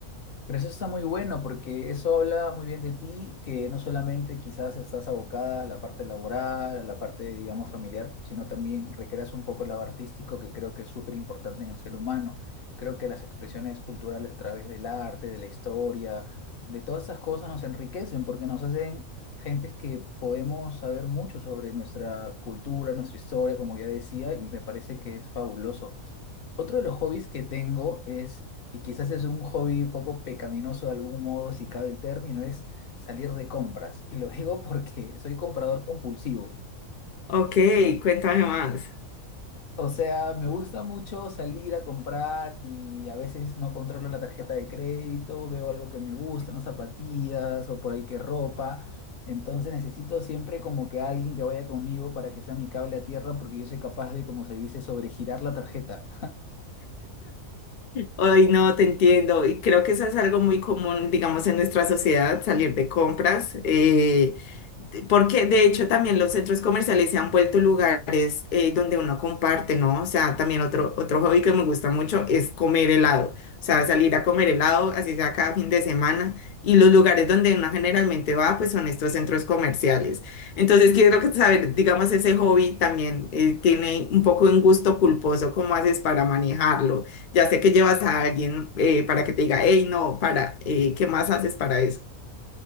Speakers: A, on the left; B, on the left.
A: Pero eso está muy bueno porque eso habla muy bien de ti, que no solamente quizás estás abocada a la parte laboral, a la parte, digamos, familiar, sino también recreas un poco el lado artístico que creo que es súper importante en el ser humano. Creo que las expresiones culturales a través del arte, de la historia, de todas estas cosas nos enriquecen porque nos hacen gentes que podemos saber mucho sobre nuestra cultura, nuestra historia, como ya decía, y me parece que es fabuloso. Otro de los hobbies que tengo es, y quizás es un hobby poco pecaminoso de algún modo, si cabe el término, es salir de compras. Y lo <laughs> digo porque soy comprador compulsivo.
B: Ok, cuéntame más.
A: O sea, me gusta mucho salir a comprar y a veces no controlo la tarjeta de crédito, veo algo que me gusta, unas zapatillas o por ahí que ropa. Entonces necesito siempre como que alguien que vaya conmigo para que sea mi cable a tierra porque yo soy capaz de, como se dice, sobregirar la tarjeta.
B: Ay, no, te entiendo. Y creo que eso es algo muy común, digamos, en nuestra sociedad, salir de compras. eh, de- porque de hecho también los centros comerciales se han vuelto lugares eh, donde uno comparte, ¿no? O sea, también otro, otro hobby que me gusta mucho es comer helado. O sea, salir a comer helado, así sea cada fin de semana. Y los lugares donde uno generalmente va, pues son estos centros comerciales. Entonces, quiero que saber, digamos, ese hobby también eh, tiene un poco un gusto culposo, ¿cómo haces para manejarlo? Ya sé que llevas a alguien eh, para que te diga, hey, no, para, eh, ¿qué más haces para eso?